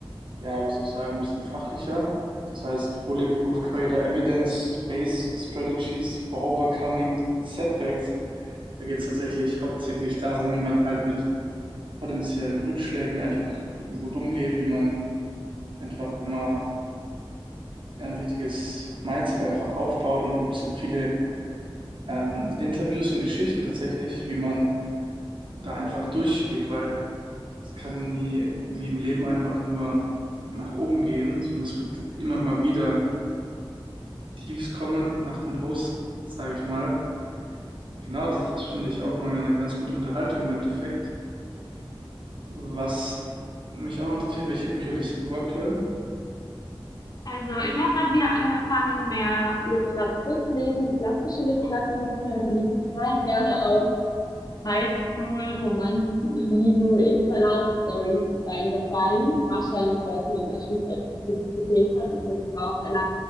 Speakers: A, on the right; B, on the left.
A: ja, wie soll ich sagen, ein bisschen fachlicher. Das heißt Bulletproof Trader, Evidence-Based Strategies for Overcoming Setbacks. Da geht es tatsächlich hauptsächlich darum, wie man halt mit potenziellen Rückschlägen einfach gut umgeht, wie man einfach immer ein richtiges Mindset einfach aufbaut. Und da gibt es so viele ähm, Interviews und Geschichten tatsächlich, wie man da einfach durchgeht, weil es kann nie wie im Leben einfach nur nach oben gehen, sondern es wird immer mal wieder Tiefs kommen nach den Hochs, sage ich mal. Genau, das ist, finde ich auch mal eine ganz gute Unterhaltung im Endeffekt. Was mich auch interessiert, welche Bücher liest denn du aktuell?
B: Also, ich habe gerade wieder angefangen, mehr Literatur zu lesen, klassische Literatur. Früher bin ich total gerne auf Highschool-Romanzen, Lieben, Internatsstories reingefallen. Wahrscheinlich, weil es mir in der Schulzeit richtig gefehlt hat. Also, ich war auf einer